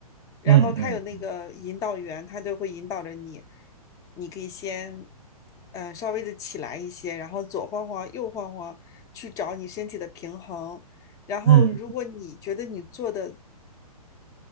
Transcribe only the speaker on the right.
嗯嗯
嗯